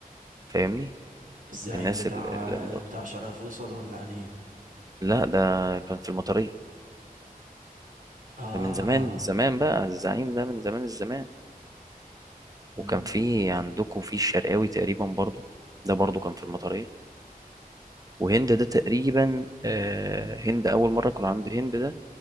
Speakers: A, on the right; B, on the right.
A: فاهمني
B: الزعيم
A: الناس
B: بتاع
A: اللي من بره
B: بتاع شارع فيصل ولا انهي
A: لا ده كان في المطرية
B: اه
A: ده من زمان من زمان بقى الزعيم ده من زمان الزمان
B: مم.
A: وكان في عندكم في الشرقاوي تقريبا برضو ده برضو كان في المطرية وهند ده تقريبا آه، هند أول مرة كنا عند هند ده